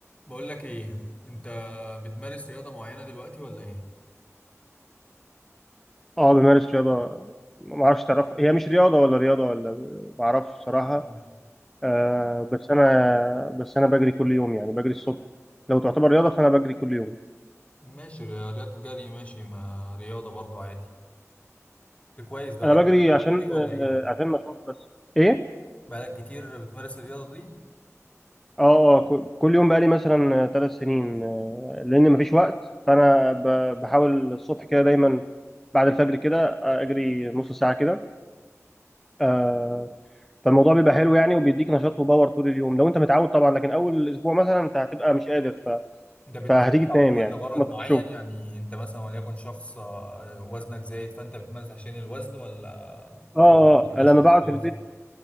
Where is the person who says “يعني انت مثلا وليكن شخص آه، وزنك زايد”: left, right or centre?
Left